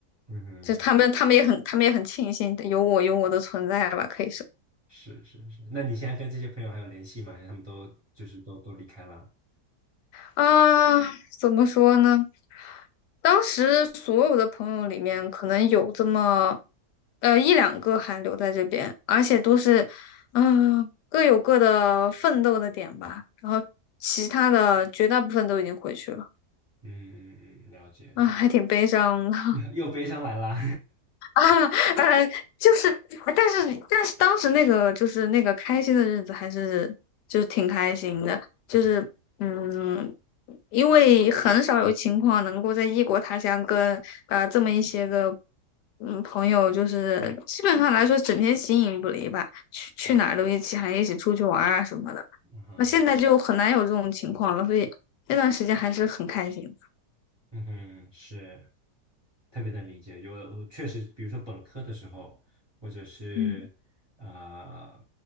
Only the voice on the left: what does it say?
就他们，
他们也很，他们也很庆幸有我，有我的存在吧，可以是
啊，怎么说呢？当时所有的朋友里面，可能有这么呃一两个还留在这边，而且都是嗯、各有各的奋斗的点吧，然后其他的绝大部分都已经回去了，
啊，还挺悲伤的。
啊，呃，就是，但是但是当时那个就是那个开心的日子还是就是挺开心的，
就是嗯，
因为很少有情况能够在异国他乡跟啊这么一些个嗯朋友，就是基本上来说整天形影不离吧，去去哪儿都一起，
还一起出去玩儿啊什么的。
那现在就很难有这种情况了，所以那段时间还是很开心的
嗯，